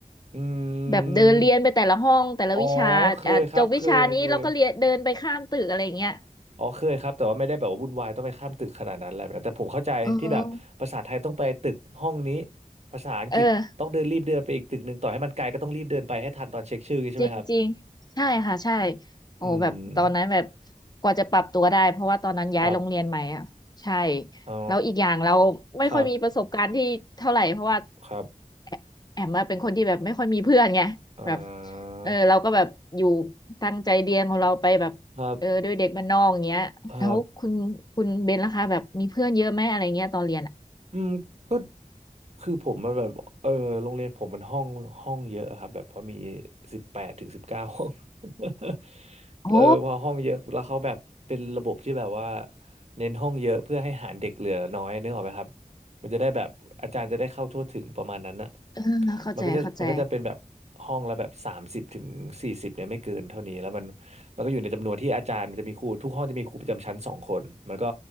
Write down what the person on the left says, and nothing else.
แบบเดินเรียนไปแต่ละห้องแต่ละวิชาอ่ะจบวิชานี้เราก็เรียนเดินไปข้ามตึกอะไรอย่างเงี้ย
เออ
เออ จริงจริงใช่ค่ะใช่โอ้แบบตอนนั้นแบบ
กว่าจะปรับตัวได้เพราะว่าตอนนั้นย้ายโรงเรียนใหม่อ่ะใช่
แล้วอีกอย่างเราไม่ค่อยมีประสบการณ์ที่เท่าไหร่เพราะว่า
แอแอมอะเป็นคนที่แบบไม่ค่อยมีเพื่อนไงแบบ
เออเราก็แบบอยู่ตั้งใจเรียนของเราไปแบบเออด้วยเด็กบ้านนอกอย่างเงี้ยแล้วคุณคุณเบนล่ะคะแบบมีเพื่อนเยอะไหมอะไรเงี้ยตอนเรียนอ่ะ
โอ้
เออเข้าใจเข้าใจ